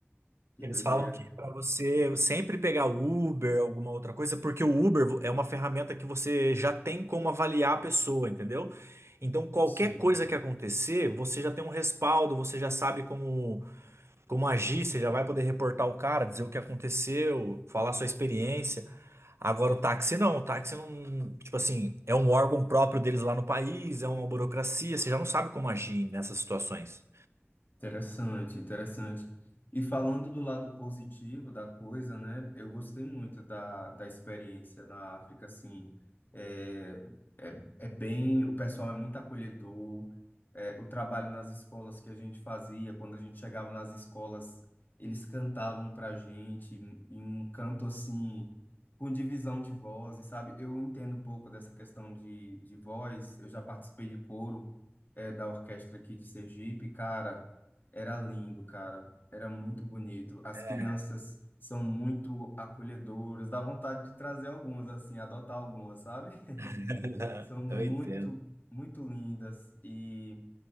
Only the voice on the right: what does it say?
Eles
falam que pra você sempre pegar Uber, alguma outra coisa, porque o Uber é uma ferramenta que você já tem como avaliar a pessoa, entendeu? Então, qualquer
coisa que acontecer, você já tem um respaldo, você já sabe como. Como agir, você já vai poder reportar o cara, dizer o que aconteceu, falar sua experiência. Agora o táxi não, o táxi não, tipo assim, é um órgão próprio deles lá no país, é uma burocracia, você já não sabe como agir nessas situações.
É,
<laughs>
Eu entendo.